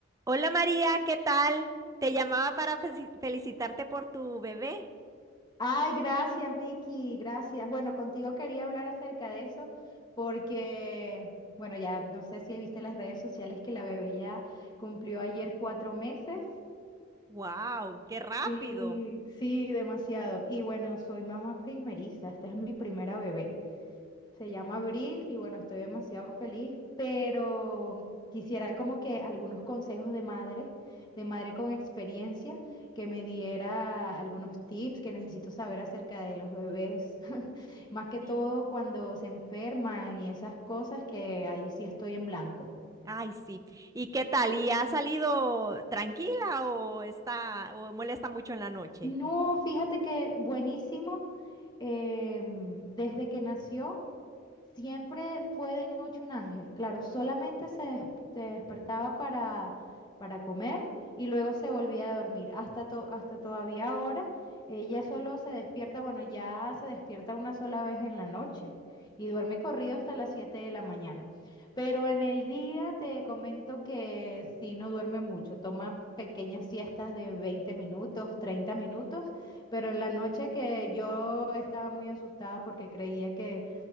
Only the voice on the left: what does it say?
Ay, gracias, Vicky, gracias. Bueno, contigo quería hablar acerca de eso porque, bueno, ya no sé si viste las redes sociales que la bebé ya cumplió ayer cuatro meses.
Sí, sí, demasiado. Y bueno, soy mamá primeriza, esta es mi primera bebé. Se llama Abril y bueno, estoy demasiado feliz, pero quisiera como que algunos consejos de madre, de madre con experiencia, que me diera algunos tips que necesito saber acerca de los bebés, <laughs> más que
todo cuando se enferman y esas cosas que ahí sí estoy en blanco.
No, fíjate que buenísimo, em, desde que nació. Siempre fue de noche un ángel. Claro, solamente se, des- se despertaba para, para comer y luego se volvía a dormir. Hasta, to- hasta todavía ahora, ella solo se despierta, bueno, ya se despierta una sola vez en la noche y duerme corrido hasta las 7 de la mañana. Pero en el día te comento que sí no duerme mucho, toma pequeñas siestas de 20 minutos, 30 minutos, pero en la noche que yo estaba muy asustada porque creía que